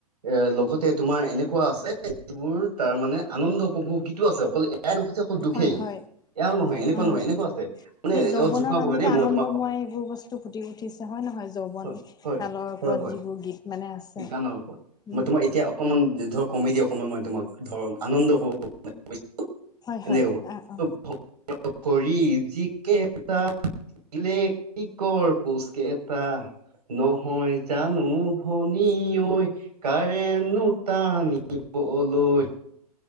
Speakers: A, on the right; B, on the left.
A: এ লগতে তোমাৰ এনেকুৱা আছে যিবোৰ তাৰ মানে আনন্দ উপভোগ গীতটো আছে, অকল এয়াই নহয় অকল যে দুখেই
B: হয়-হয়।
A: এয়াও নহয় এনেকুৱা
B: উম।
A: নহয় এনেকুৱা আছে মানে
B: সেই যৌৱনৰ
A: অ জোকোৱা
B: মাজতে
A: পোকা দেই মই
B: আনন্দময়
A: তোমাক
B: এইবোৰ বস্তু টো ফুটি উঠিছে হয় নহয় যৌৱন
A: হয় হয়
B: কালৰ <unintelligible>
A: হয়
B: লগ
A: হয়
B: যিবোৰ গীত মানে আছে
A: গানৰ ওপৰত
B: <inaudible> উম।
A: মই তোমাৰ এতিয়া অকণমান ধৰ কমেডি অকণমান মই তোমাক ধৰ আনন্দ উপভোগ <unintelligible> <unintelligible>
B: হয়
A: এনে
B: হয়
A: ক'ব।
B: অ অ
A: <unintelligible> কৰি যিকেইটা ইলেট্ৰিকৰ পোচকেইটা ন <unintelligible> নহয় জানো ভনী ঐ <unintelligible> কাৰেণ্ট নো তানিবলৈ <unintelligible>